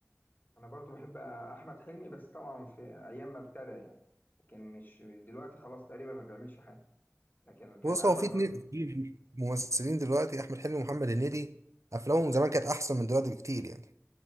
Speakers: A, on the left (about 35°); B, on the right (about 70°).
A: انا برضو بحب احمد حلمي بس طبعا في ايام ما ابتدى يعني لكن مش دلوقتي خلاص تقريبا ما بيعملش حاجه لكن كان
B: بص
A: عمل
B: هو في اتنين
A: برضه
B: في ممثلين دلوقتي احمد حلمي ومحمد هنيدي افلامهم زمان كانت احسن من دلوقتي بكتير يعني